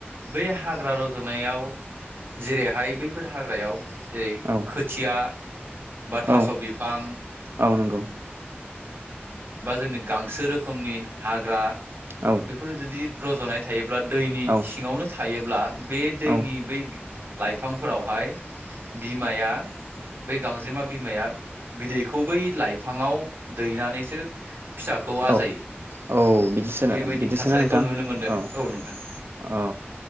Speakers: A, on the right; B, on the right.
A: बै हाग्रा रज नायाव जेरैहाय बैफोर हाग्रायाव जेरै
B: औ
A: खोथिया बा थास'
B: औ
A: बिफां
B: औ नंगौ
A: बा जोंनि गांसो रो खोमनि हाग्रा
B: औ
A: बेफोर जुदि रजनाय थायोब्ला दैनिसिंआवनो
B: औ
A: थायो अब्ला बे दैनि
B: औ
A: बै लाइफांफोरावहाय बिमाया बै गांजेमा बिमाया बिदैखौ बै लाइफाङाव दैनानैसो फिसाखौ आजायो
B: औ औ बिदिसो
A: बेबायदि
B: बिदिसोना
A: थासारिखौ
B: नोंथां।
A: नुनो मोनदों
B: औ
A: नोंथां
B: औ